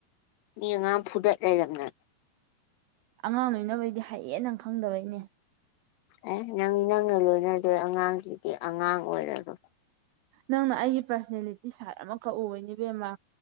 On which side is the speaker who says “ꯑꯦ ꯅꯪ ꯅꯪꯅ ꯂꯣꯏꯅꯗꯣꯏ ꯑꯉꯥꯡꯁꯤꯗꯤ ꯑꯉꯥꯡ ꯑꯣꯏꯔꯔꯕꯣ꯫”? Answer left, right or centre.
Left